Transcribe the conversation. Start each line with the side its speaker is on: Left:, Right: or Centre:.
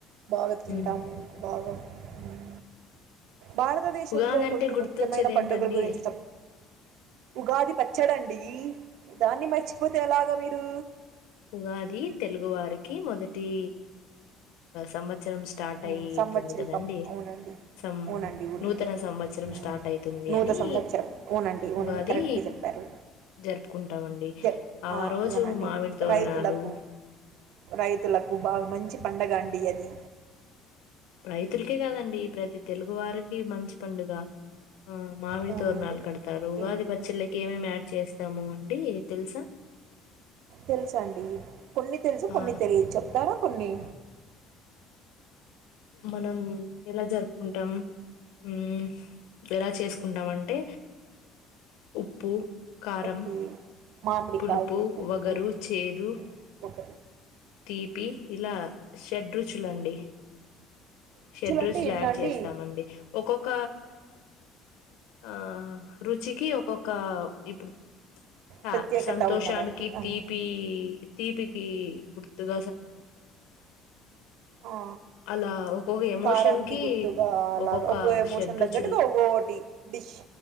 Right: బాగా తింటాము
Left: ఉమ్
Right: బాగా హుమ్ భారతదేశంలో
Left: ఉగాది అంటే
Right: కొన్ని
Left: గుర్తొచ్చేది
Right: ముఖ్యమైన పండుగలు
Left: ఏంటండి
Right: గురించి చెప్ ఉగాది పచ్చడండీ దాన్ని మర్చిపోతే ఎలాగ మీరు
Left: ఉగాది తెలుగు వారికి మొదటీ సంవత్సరం స్టార్ట్
Right: మ్,
Left: అయితుంది
Right: సంవత్సరికం
Left: కదండి
Right: అవునండి
Left: సం
Right: అవునండి అవునండి
Left: నూతన సంవత్సరం
Right: మ్,
Left: స్టార్ట్ అయితుంది
Right: నూతన
Left: అని
Right: సంవత్సరం అవునండి అవునండి
Left: ఉగాది
Right: కరెక్ట్గా చెప్పారు
Left: జరుపుకుంటామం నండి
Right: జ-
Left: ఆ రోజు
Right: అవునండి
Left: మామిడి తోరణాలు
Right: రైతులకు రైతులకు బాగా మంచి పండగ అండి అది.
Left: రైతుల్కే కాదండి ప్రతి తెలుగు వారికి మంచి పండుగ ఆ మామిడితోరనాలు
Right: అవునండి
Left: కడతారు,
Right: ఓకే
Left: ఉగాది
Right: ఓకే
Left: పచ్చళ్ళకి ఏమేమి యాడ్ చేస్త ఇద్దాము అండి. తెలుసా
Right: తెలుసండి కొన్ని తెలుసు కొన్ని
Left: ఆ
Right: తెలిదు చెప్తారా కొన్ని
Left: మనం ఎలా జరుపుకుంటాం ఉమ్ ఎలా చేసుకుంటాం అంటే ఉప్పు కారం
Right: ఒకే మామిడికాయ
Left: పులుపు
Right: ఉప్పు
Left: వగరు చేదు
Right: మ్ ఒక
Left: తీపి ఇలా షడ్రుచులండి షడ్రుచులు
Right: అంటే ఎన్నండి
Left: యాడ్ చేస్తామండి ఒక్కొక్క ఆహ రుచికి ఒక్కొక్క ఇప్పుడు
Right: ప్రత్యేకత
Left: ఆ సంతోషానికి
Right: ఉన్నదండి ఆ
Left: తీపీ తీపికి గుర్తుగ
Right: ఆ
Left: అలా ఒక్కొక్క ఎమోషన్
Right: కారంకి
Left: కి
Right: గుర్తుగా అలాగా
Left: ఒక్కొక్క
Right: ఒక్కొ ఎమోషన్
Left: షడ్రుచులు
Right: తగ్గట్టుగా ఒక్కొటి డిష్